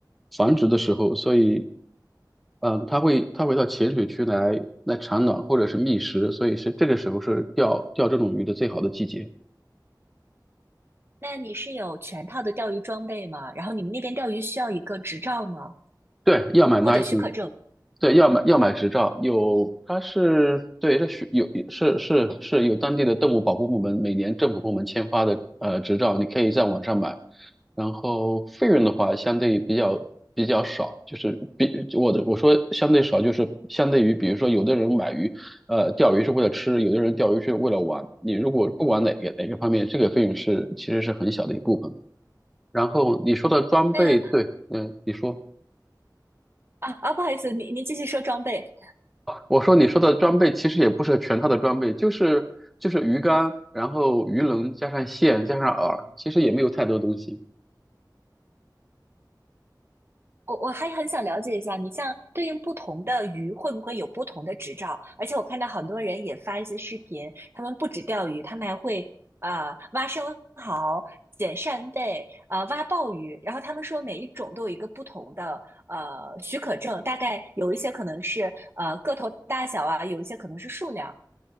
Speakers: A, in the centre; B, on the right.
A: 繁殖的时候，所以，嗯、它会它会到浅水区来来产卵或者是觅食，所以是这个时候是钓钓这种鱼的最好的季节。
B: 那你是有全套的钓鱼装备吗？然后你们那边钓鱼需要一个执照吗？
A: 对，要买 license，
B: 或者许可证？
A: 对，要买要买执照，有它是对，这需有是是是有当地的动物保护部门每年政府部门签发的呃执照，你可以在网上买。然后费用的话，相对比较比较少，就是比我的我说相对少，就是相对于比如说有的人买鱼，呃，钓鱼是为了吃，有的人钓鱼是为了玩。你如果不管哪个哪个方面，这个费用是其实是很小的一部分。然后你说的装备，
B: 那？
A: 对，嗯，你说。
B: 啊啊，不好意思，您您继续说装备。
A: 啊我说你说的装备其实也不是全套的装备，就是就是鱼竿，然后鱼轮加上线加上饵，其实也没有太多东西。
B: 我我还很想了解一下，你像对应不同的鱼会不会有不同的执照？而且我看到很多人也发一些视频，他们不止钓鱼，他们还会啊、呃挖生蚝、捡扇贝、啊、挖鲍鱼。然后他们说每一种都有一个不同的呃许可证，大概有一些可能是呃个头大小啊，有一些可能是数量